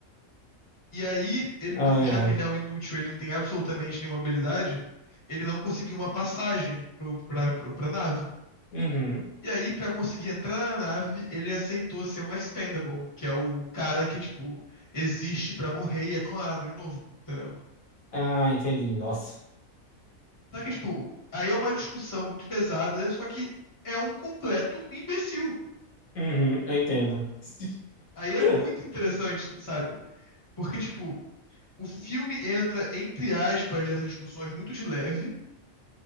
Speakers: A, on the left (about 15°); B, on the left (about 75°).
A: E aí, ele
B: Ai,
A: não, já
B: ai.
A: que ele é um inútil, ele não tem absolutamente nenhuma habilidade, ele não conseguiu uma passagem pro, pra, pro- pra nave.
B: Uhum.
A: E aí, pra conseguir entrar na nave, ele aceitou ser um expendable, que é o cara que, tipo, existe pra morrer e é clonado de novo, entendeu?
B: Ah, entendi. Nossa.
A: Só que, tipo, aí é uma discussão muito pesada, só que é um completo imbecil.
B: Uhum, eu entendo.
A: Aí é
B: <laughs>
A: muito interessante, sabe? Porque, tipo, o filme entra, entre aspas, nessas discussões muito de leve,